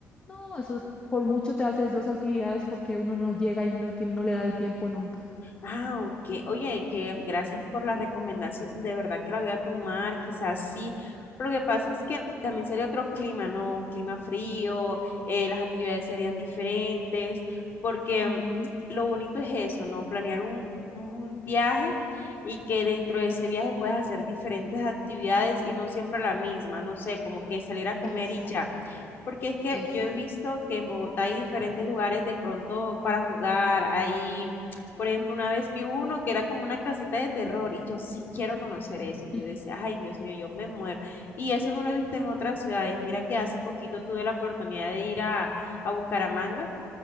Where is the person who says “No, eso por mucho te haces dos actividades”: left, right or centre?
Left